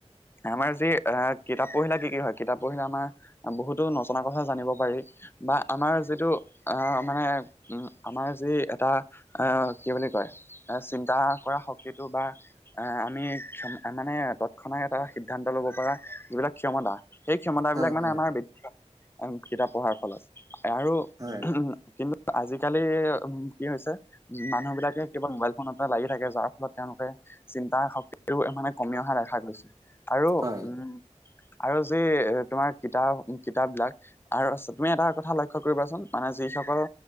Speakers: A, on the left; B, on the right.
A: আমাৰ যি এ কিতাপ পঢ়িলে কি কি হয়? কিতাপ পঢ়িলে আমাৰ বহুতো নজনা কথা জানিব পাৰি। বা আমাৰ যিটো আহ মানে উম আমাৰ যি এটা আহ কি বুলি কয়? এ চিন্তা কৰা শক্তিটো বা এ আমি ক্ষম আ মানে তৎক্ষণা এটা সিদ্ধান্ত ল'ব পৰা যিবিলাক ক্ষমতা, সেই ক্ষমতাবিলাক
B: হয়
A: মানে
B: হয়
A: আমাৰ <unintelligible> কিতাপ পঢ়াৰ ফলত। আৰু
B: হয়।
A: উম, কিন্তু আজিকালি উম কি হৈছে মানুহবিলাকে কেৱল মোবাইল ফোনত লাগি থাকে যাৰ ফলত তেওঁলোকে চিন্তাই হওঁক এইবোৰ মানে কমি অহা দেখা গৈছে, আৰু
B: হয়
A: উম, আৰু যে এ তোমাৰ কিতাপ -কিতাপ বিলাক আৰু তুমি এটা কথা লক্ষ্য কৰিবাচোন মানে যিসকল